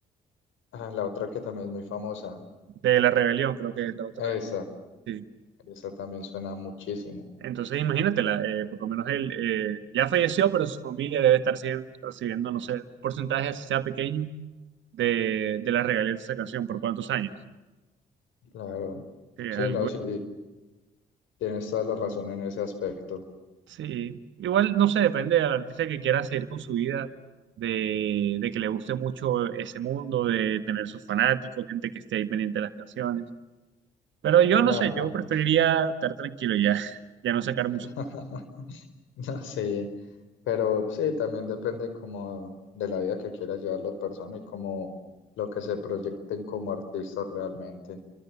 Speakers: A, on the left; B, on the right.
A: Ah, la otra que también es muy famosa,
B: de La Rebelión, creo que es la otra.
A: esa,
B: Sí.
A: esa también suena muchísimo.
B: Entonces, imagínatela, eh, por lo menos él eh, ya falleció, pero su familia debe estar sien- recibiendo, no sé, un porcentaje, así sea pequeño, de, de las regalías de esa canción, por cuántos años.
A: Claro,
B: Sí,
A: sí,
B: es algo.
A: no, sí, tienes toda la razón en ese aspecto.
B: Sí, igual no sé, depende del artista que quiera seguir con su vida, de, de que le guste mucho ese mundo, de tener sus fanáticos, gente que esté ahí pendiente de las canciones. Pero yo
A: Claro.
B: no sé, yo preferiría estar tranquilo ya, <laughs> ya no sacar música.
A: <laughs> Ya, sí, pero sí, también depende como de la vida que quiera llevar la persona y como lo que se proyecten como artistas realmente.